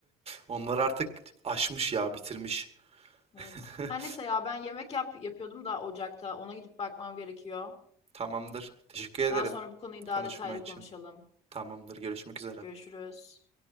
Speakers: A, on the right; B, on the left.
A: Onlar artık aşmış ya bitirmiş. <laughs>
B: Evet. Her neyse ya ben yemek yap yapıyordum da ocakta. Ona gidip bakmam gerekiyor.
A: Tamamdır. Teşekkür ederim
B: Daha sonra bu konuyu daha
A: konuşma
B: detaylı
A: için.
B: konuşalım.
A: Tamamdır. Görüşmek üzere.
B: Görüşürüz.